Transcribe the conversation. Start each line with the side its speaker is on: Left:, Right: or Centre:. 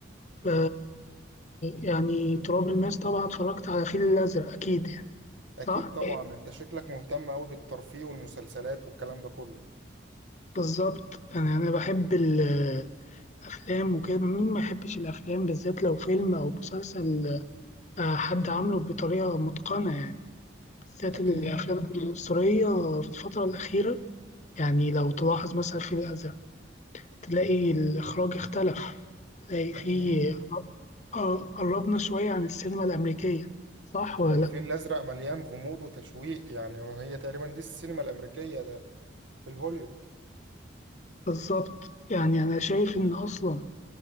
Left: ف يعني تراب الماس طبعا اتفرجت على الفيل الأزرق أكيد يعني
Right: اكيد
Left: صح؟
Right: طبعا انت شكلك مهتم قوي بالترفيه والمسلسلات والكلام ده كله
Left: بالظبط أنا أنا بحب الأفلام وكده مين ما يحبش الأفلام بالذات لو فيلم أو مسلسل آه، حد عامله بطريقة متقنة يعني بالذات
Right: اكيد
Left: الأفلام المصرية في الفترة الأخيرة يعني لو تلاحظ مثلا في الأزرق تلاقي الإخراج اختلف تلاقي فيه
Right: اكيد
Left: آه قربنا شوية عن السينما الأمريكية صح ولا
Right: الفيل
Left: لأ؟
Right: الازرق مليان غموض وتشويق يعني وهي تقريبا دي السينما الامريكيه ده في الهوليود
Left: بالظبط يعني أنا شايف إن أصلا